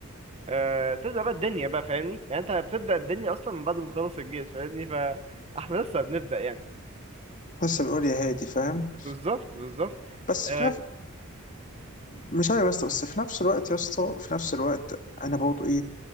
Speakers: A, on the right; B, on the left.
A: آه تبدأ بقى الدنيا بقى فاهمني يعني انت بتبدأ الدنيا اصلا من بعد ما تخلص الجيش فاهمني فاحنا لسه بنبدأ يعني
B: لسه بنقول يا هادي فاهم
A: بالظبط بالظبط
B: بس
A: آه
B: في نفس مش عارف يا اسطى بس في نفس الوقت يا اسطى في نفس الوقت انا برضه ايه